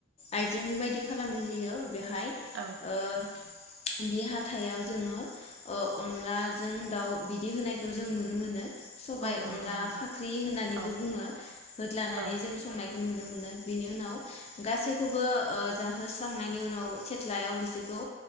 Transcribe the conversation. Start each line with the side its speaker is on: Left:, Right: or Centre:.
Left: आइजें बायदि खालामनाय जायो। बेहाय
Right: औ
Left: ओ बे हाथाइयाव जोङो अ अनलाजों दाउ बिदि होनायखौ जों नुनो मोनो। सबाय
Right: औ नंगौ
Left: अनला
Right: नंगौ
Left: फाख्रि होननानैबो
Right: औ
Left: बुङो। लानानै
Right: औ
Left: जों संनाय नुनो मोनो बिनि उनाव गासैखौबो ओ जाहोस्रांनायनि उनाव सेथ्लायाव बिसोरखौ